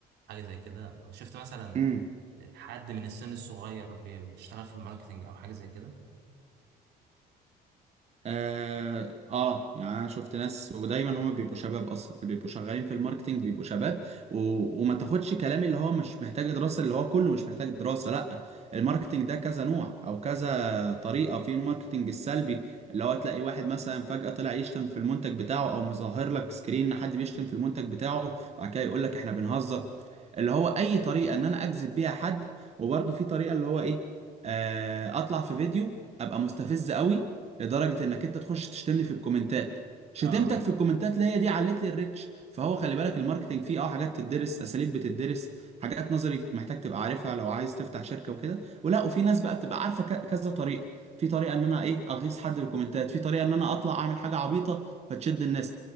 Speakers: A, on the right (about 80°); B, on the right (about 40°).
A: وحاجة زي كده شفت مثلا
B: امم
A: حد من السن الصغير بي- بيشتغل في الماركتينج او حاجة زي كده
B: آه, اه يعني انا شفت ناس ودايما هما بيبقوا شباب اصلا اللي بيبقوا شغالين في الماركتينج بيبقوا شباب و... وما تاخدش كلامي اللي هو مش محتاج دراسة اللي هو كله مش محتاج دراسة لا الماركتينج ده كذا نوع او كذا طريقة في الماركتينج السلبي اللي هو تلاقي واحد مثلا فجأة طلع يشتم في المنتج بتاعه او مظهر لك سكرين ان حد بيشتم في المنتج بتاعه بعد كده يقول لك احنا بنهزر اللي هو اي طريقه ان انا اجذب بيها حد وبرده في طريقه اللي هو ايه آه اطلع في فيديو ابقى مستفز قوي لدرجه انك انت تخش تشتمني في الكومنتات شتمتك
A: اه اه
B: في الكومنتات اللي هي دي علت لي الريتش فهو خلي بالك الماركتينج فيه اه حاجات تدرس اساليب بتدرس حاجات نظري محتاج تبقى عارفها لو عايز تفتح شركه وكده ولا وفي ناس بقى بتبقى عارفه ك- كذا طريقه في طريقه ان انا ايه اغيظ حد بالكومنتات في طريقه ان انا اطلع اعمل حاجه عبيطه فتشد الناس